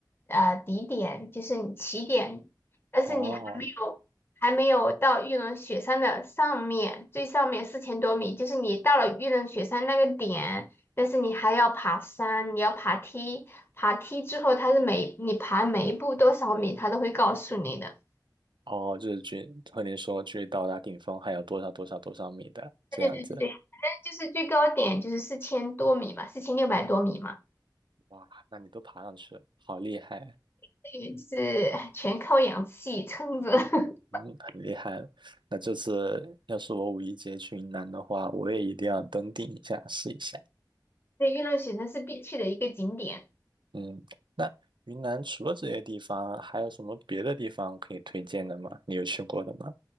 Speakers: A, on the left (about 30°); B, on the right (about 85°).
A: 呃底点，就是你起点，但是你还没有还没有到玉龙雪山的上面，
B: 哦
A: 最上面四千多米，就是你到了玉龙雪山那个点，但是你还要爬山，你要爬梯，爬梯之后，它是每你爬每一步多少米，它都会告诉你的。
B: 哦，就是距和您说距到达顶峰还有多少多少多少米的这样子。
A: 对对对对对就是最高点就是四千多米嘛，四千六百多米嘛，
B: 哇，那你都爬上去了，好厉害，
A: 对，就是全靠氧气撑着。<laughs>
B: 嗯，很厉害了。那这次要是我五一节去云南的话，我也一定要登顶一下，试一下。
A: 对，月亮雪山是必去的一个景点。
B: 嗯，那云南除了这些地方，还有什么别的地方可以推荐的吗？你有去过的吗？